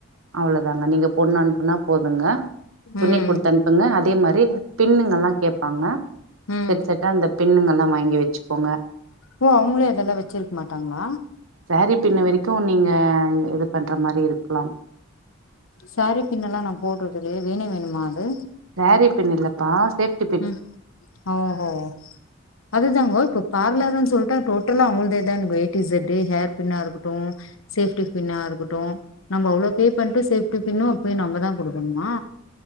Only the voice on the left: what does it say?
ம்
ம்
ஓ அவுங்களே அதெல்லாம் வச்சிருக்க மாட்டாங்களா
செரீ பின்னுல்லா நா போட்டுறது இல்லையே வேணு வேணுமா அது
உ ஓஹோ அது தாங்க இப்ப பார்லர்ன்னனு சொல்லிட்டா டோட்டலா அவுங்களதா எனக்கு வெயிட் இஸ் எ் ஹேர் பின்னா இருக்கட்டு சேஃப்டி பின்னா இருக்கட்டு நம்ம அவ்வளோ பே பண்ணிட்டு சேப்டி பின்னு அப்யு நம்ம தா கொடுக்கணுமா